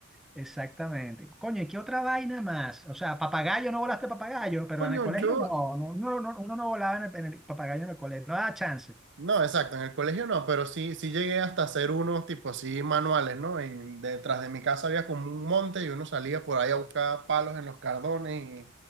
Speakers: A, in the centre; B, on the right (about 55°).
A: Exactamente. Coño, ¿y qué otra vaina más? O sea, papagayo, no volaste papagayo, pero
B: Coño,
A: en el colegio
B: yo,
A: no, no, no, no, uno no volaba en el, en el papagayo en el colegio, no daba chance.
B: No, exacto, en el colegio no, pero sí, sí llegué hasta hacer unos tipo así manuales, ¿no? En, detrás de mi casa había como un monte y uno salía por ahí a buscar palos en los cardones